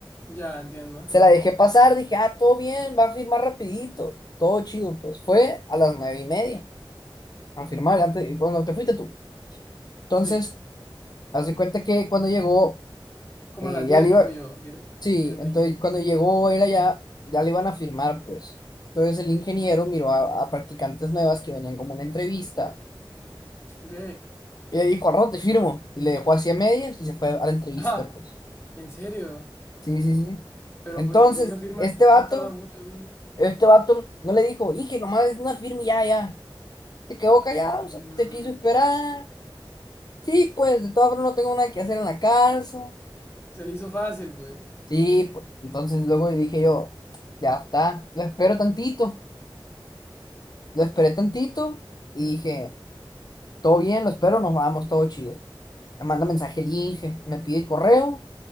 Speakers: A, on the left; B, on the left.
A: Ya, entiendo.
B: Se la dejé pasar, dije, ah, todo bien, va a firmar rapidito, todo chido, pues. Fue a las nueve y media a firmar, antes, cuando te fuiste tú. Entonces,
A: Sí.
B: hace cuenta que cuando llegó,
A: Como
B: eh,
A: a las 10
B: ya le
A: me
B: iba,
A: fui yo, diez,
B: sí,
A: diez
B: entonces
A: veinte.
B: cuando llegó él allá, ya le iban a firmar, pues. Entonces el ingeniero miró a, a practicantes nuevas que venían como una entrevista
A: Ok.
B: Y le dijo, al rato te firmo. Y le dejó así a medias y se fue a la entrevista,
A: Ah,
B: pues.
A: ¿en serio?
B: Sí, sí, sí. sí.
A: Pero
B: Entonces,
A: pues que una firma
B: este vato,
A: no tarda mucho, ¿sabes?
B: este vato no le dijo, y que nomás es una firma y ya, ya. Se quedó callado, o sea,
A: Mm,
B: te quiso esperar. Sí, pues, de todas formas no tengo nada que hacer en la casa.
A: se le hizo fácil, pues.
B: Sí, pues. Entonces luego le dije yo, ya está, lo espero tantito. Lo esperé tantito y dije, todo bien, lo espero, nos vamos, todo chido. Me manda mensaje el Inge, me pide el correo.